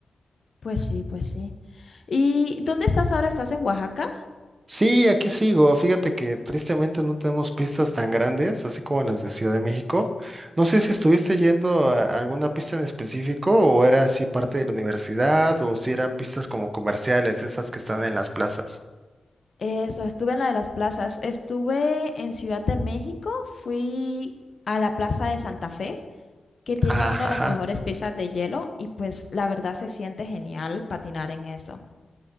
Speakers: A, on the left; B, on the right.
A: Pues sí, pues sí. ¿Y dónde estás ahora? ¿Estás en Oaxaca?
B: Sí, aquí sigo. Fíjate que tristemente no tenemos pistas tan grandes, así como las de Ciudad de México. No sé si estuviste yendo a a alguna pista en específico o era así parte de la universidad o si eran pistas como comerciales, esas que están en las plazas.
A: Eso, estuve en la de las plazas. Estuve en Ciudad de México, fui a la Plaza de Santa Fe, que tienen
B: Ah,
A: una de
B: ajá.
A: las mejores pistas de hielo y pues la verdad se siente genial patinar en eso.